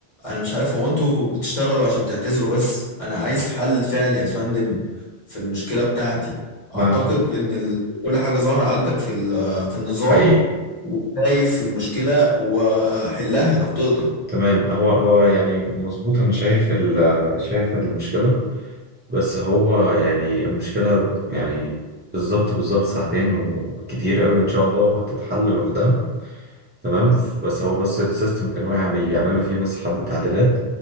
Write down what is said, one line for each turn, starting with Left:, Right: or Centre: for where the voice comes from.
Left: انا مش عارف هو انتوا بتشتغلوا عشان تعتذروا بس انا عايز حل فعلي يا فندم في المشكلة بتاعتي
Right: ما
Left: اعتقد ان ال- كل حاجة ظاهرة عندك في ال- في النظام
Right: حقيقي
Left: وشايف المشكلة وحلها لو تقدر
Right: تمام هو هو يعني مظبوط انا شايف ال... شايف المشكلة بس هو يعني المشكلة يعني بالظبط بالظبط ساعتين وكتير قوي ان شاء الله وهتتحل لوحدها تمام ف- بس هو بس السيستم كان واقع بيعملوا فيه بس حبة تعديلات